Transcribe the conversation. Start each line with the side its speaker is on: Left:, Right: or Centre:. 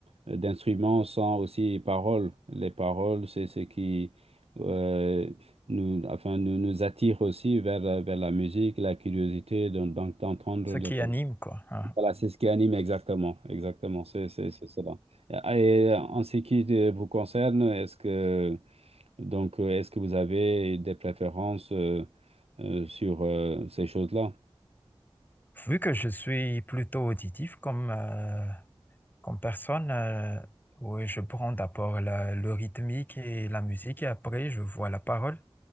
Right: euh, d'instruments sans aussi paroles. Les paroles, c'est ce qui euh, nous, enfin, nous, nous attire aussi vers, la- vers la musique, la curiosité d'en- d'en- d'entendre.
Left: Ce
Right: le-
Left: qui anime, quoi. hein.
Right: Voilà, c'est ce qui anime exactement. Exactement, c'est c'est- c'est cela. Et en ce qui te- vous concerne, est-ce que donc, euh, est-ce que vous avez des préférences euh, euh, sur euh, ces choses-là?
Left: Vu que je suis plutôt auditif, comme euh, Comme personne, euh, oui, je prends d'abord la- le rythmique et la musique et après je vois la parole.